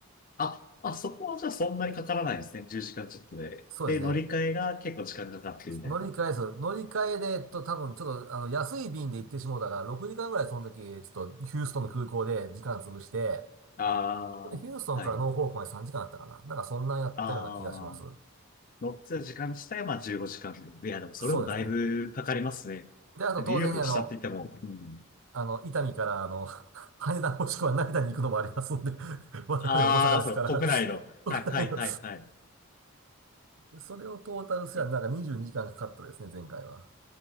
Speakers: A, on the left (about 40°); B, on the right (about 60°).
A: あ、あ、そこはじゃあそんなにかからないですね。10時間ちょっとで。
B: そうですね。
A: で、乗り換えが結構時間かかってるみたいな。
B: 乗り換えです。乗り換えで、えっと、多分ちょっと、あの、安い便で行ってしまうたから、6時間ぐらいその時、ちょっとヒューストンの空港で時間潰して、
A: ああ、
B: でヒューストンからノーフォークまで3時間だったかな。
A: はい。
B: なんかそんなんやったような気がします。
A: ああ、乗ってた時間自体はまあ15時間。いや、でもそれでもだいぶかかりますね。
B: そうですね。で、あと当然ね、
A: ニューヨークの下って言っても、
B: あの、
A: うん。
B: あの、伊丹から、あの、<laughs> 羽田もしくは成田に行くのもありますので、<laughs> 我々大阪ですから、
A: ああ、そう、国内の。はい、
B: <laughs> 国内の
A: はい、はい、はい。
B: それをトータルすりゃなんか22時間かんかかったですね、
A: え、
B: 前回は。